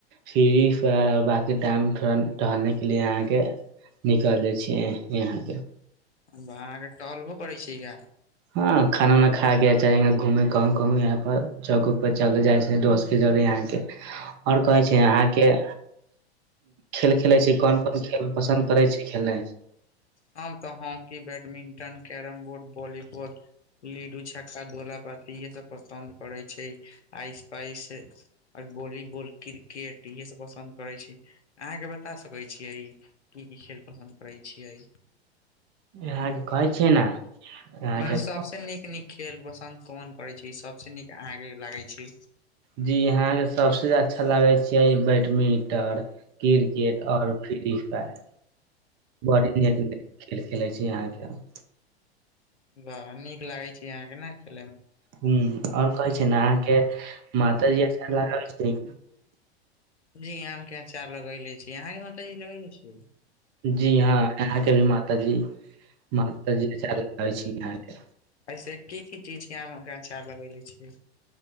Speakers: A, on the right; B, on the left.
A: फि्र फेर आओर बांकी टाइम थोड़ा टहलनेके लिए अहाँके निकलि जाइ छियै यहाँके
B: ब अहाँके टहलबो कड़ै छिये गा
A: हँ खाना उना खा के <unintelligible> घूमे कहुू कहूं यहाँ पर चौक उक पर चल जाइ छै दोस्त के जरे अहां के ह आओर कहै छै अहाँके खेल खेलै छी कोन खेल पसन्द करै छै खेलनाइ
B: हम तऽ hockey badminton carrom board volleyball लीडू छ ्का धोला पाती इहे सब पसन्द पड़ै छै आइस पाइस आओर बोली बोल क्रिकेट इहे सब पसन्द करे छै अहाँके बता सकै छीियै की की खेल पसन्द करैत छियै
A: यहाँके कहै छियै ने अहाँके
B: मने सबस नीक नीक खेल पसत कोन करै छी सबस नीक अहाँके लागै छी
A: जी यहाँ के सबसे अच्छा लागे छै क बैडमिंटन क्रिकेट आऔर फ्री फायर बड़ नीक न खेल खेलै छी अहाँके हम
B: वाह नीक लागै छै अहाँके नै खेले म
A: ह आओर कहै छै ने अहाँके मातााजी आचार लगाबे छै
B: जी आम के अचार लगेले छी अहाँ के माता जी लगेले छीयै
A: जी हँ अहाँ के भी माता जी माता जी अचार लगाबे छी यहाँ के
B: ऐसे की की चीज के आम के अचार लगेेले छिये